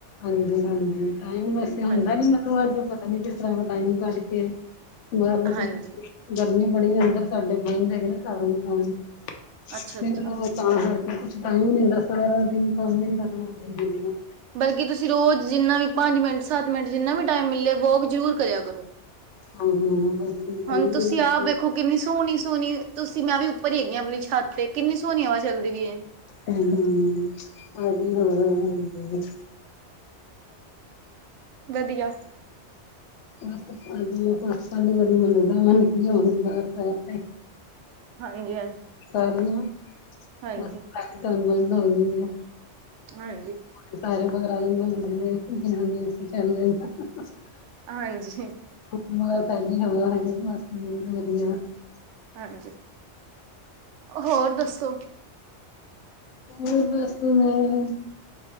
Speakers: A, on the left; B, on the right.
A: ਹਾਂਜੀ-ਹਾਂਜੀ ਟਾਇਮ ਵੈਸੇ ਹੁੰਦਾਂ
B: ਹਾਂਜੀ
A: ਨੀਂ ਮੈਂਨੂੰ ਅੱਜ਼ ਪਤਾਂ ਨੀ ਕਿ ਜ਼ਿਆਦਾ ਟਾਇਮ ਕੱਢ ਕੇ ਉਹਦਾ ਮੈਂ
B: ਹਾਂਜੀ
A: ਗਰਮੀ ਬੜੀ, ਅੰਦਰ ਸਾਡੇ ਬੰਦ ਹੈਗੇ ਨਾ ਘਰ ਸਾਰੇ।
B: ਅੱਛਾ ਅੱਛਾ
A: ਤਾਂ ਕਰਕੇ ਕੁੱਛ ਟਾਇਮ ਨੀ ਮਿਲ਼ਦਾ, ਸਾਰਾ ਦਿਨ ਕੰਮ ਈ ਨੀ ਖਤਮ ਹੁੰਦੇ ਮੇਰੇ ਤਾਂ
B: ਬਲਕੀ ਤੁਸੀਂ ਰੋਜ਼ ਜਿੰਨਾਂ ਵੀ ਪੰਜ ਮਿੰਟ ਸੱਤ ਮਿੰਟ ਜਿੰਨਾਂ ਵੀ ਟਾਇਮ ਮਿਲੇ ਵੋਕ ਜ਼ਰੂਰ ਕਰਿਆਂ ਕਰੋ।
A: ਗਲੀ ਦੇ
B: ਹੁਣ ਤੁਸੀਂ
A: ਵਿੱਚ
B: ਆਪ ਵੇਖੋ ਕਿੰਨੀ ਸੋਹਣੀ-ਸੋਹਣੀ ਤੁਸੀਂ ਮੈਂ ਵੀ ਉੱਪਰ ਵੀ ਹੈਗੀ ਆਪਣੀ ਛੱ ਤੇ ਕਿੰਨੀਂ ਸੋਹਣੀ ਹਵਾਂ ਚੱਲਦੀ ਪਈ ਏਂ।
A: ਹੂੰ-ਹੂੰ, ਵਧੀਆਂ ਵਾ ਹਾਂਜੀ।
B: ਵਧੀਆਂ।
A: ਬਸ ਅੱਜ ਮੈਂ <unintelligible> ਗਲੀ ਦੇ ਵਿੱਚ ਚੱਕਰ
B: ਹਾਂਜੀ ਹਾਂਜੀ
A: ਕਰ ਰੀ ਆ,
B: ਹਾਂਜੀ
A: ਬਸ <unintelligible> ਏਂ।
B: ਹਾਂਜੀ।
A: ਬਾਕੀ ਸਾਰੇ ਬਾਹਰ ਆ ਜਾਣਗੇ <unintelligible>
B: ਹਾਂਜੀ।
A: ਉਸ ਤੋਂ ਬਾਅਦ <unintelligible>
B: ਹਾਂਜੀ, ਹੋਰ ਦੱਸੋ‌।
A: ਹੋਰ ਬੱਸ ਮੈਂ,